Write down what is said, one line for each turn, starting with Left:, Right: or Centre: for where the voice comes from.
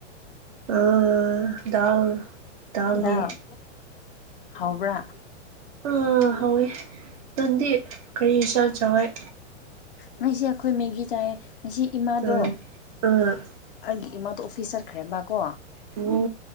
Right: ꯑ ꯗꯜ ꯗꯜꯅꯦ
Left: ꯗꯥꯜ ꯍꯥꯎꯕ꯭ꯔꯥ
Right: ꯑ ꯍꯋꯦ ꯅꯗꯤ ꯀꯔꯤ ꯆꯜ ꯆꯋꯥꯏ
Left: ꯉꯁꯤ ꯑꯩꯈꯣꯏ ꯃꯦꯒꯤ ꯆꯥꯏ ꯉꯁꯤ ꯏꯃꯥꯗꯣ
Right: ꯑꯥ ꯑꯥ
Left: ꯑꯩꯒꯤ ꯏꯃꯥꯗꯣ ꯑꯣꯐꯤꯁ ꯆꯠꯈ꯭ꯔꯦ ꯕ ꯀꯣ
Right: ꯑꯣ